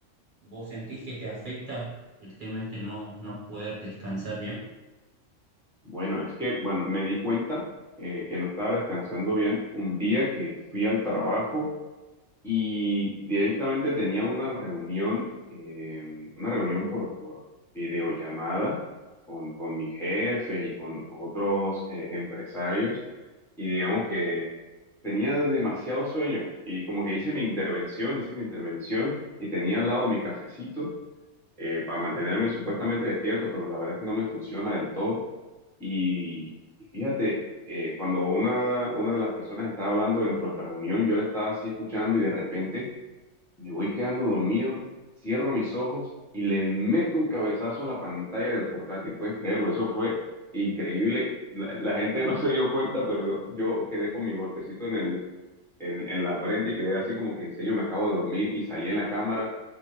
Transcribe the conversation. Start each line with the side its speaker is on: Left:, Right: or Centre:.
Right: vos sentís que te afecta el tema este no, no poder descansar bien?
Centre: Bueno, es que, bueno, me di cuenta eh, que no estaba descansando bien un día que fui al trabajo y directamente tenía una reunión, eh, una reunión por, por videollamada con, con mis jefes y con otros eh, empresarios y digamos que tenía demasiado sueño y como que hice mi intervención, hice mi intervención y tenía al lado mi cafecito eh, para mantenerme supuestamente despierto, pero la verdad es que no me funciona del todo. Y, y fíjate, eh, cuando una, una de las personas estaba hablando dentro de la reunión, yo la estaba así escuchando y de repente me voy quedando dormido, cierro mis ojos y le meto un cabezazo a la pantalla del portátil. ¿Puedes creerlo? Eso fue increíble. La, la gente <laughs> no se dio cuenta, pero yo, yo quedé con mi golpecito en el, en, en la frente y quedé así como que en serio me acabo de dormir y salí en la cámara